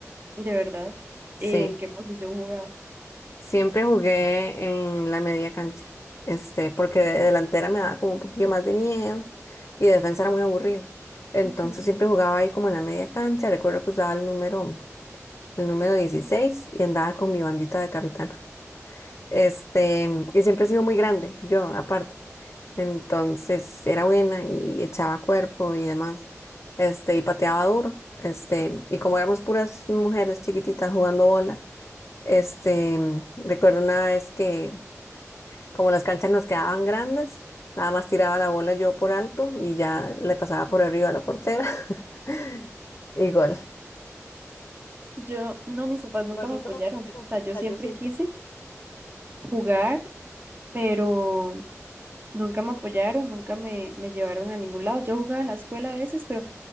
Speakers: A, on the right; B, on the left.
A: de verdad. ¿En
B: Sí,
A: qué posición jugaba?
B: siempre jugué en la media cancha, este, porque de delantera me daba como un poquillo más de miedo y de defensa era muy aburrido. Entonces
A: Ujú.
B: siempre jugaba ahí como en la media cancha. Recuerdo que usaba el número, el número 16 y andaba con mi bandita de capitán. Este, y siempre he sido muy grande, yo aparte. Entonces era buena y echaba cuerpo y demás. Este, y pateaba duro. Este, y como éramos puras mujeres chiquititas jugando bola, este, recuerdo una vez que como las canchas nos quedaban grandes, nada más tiraba la bola yo por alto y ya le pasaba por arriba a la portera <laughs> y gol.
A: Yo, no, mis papás nunca
B: Pues
A: me
B: nunca
A: apoyaron.
B: me apoyaron.
A: O
B: O
A: sea, yo
B: sea,
A: siempre
B: yo siempre
A: quise jugar, pero nunca me apoyaron, nunca me, me llevaron a ningún lado. Yo jugaba en la escuela a veces, pero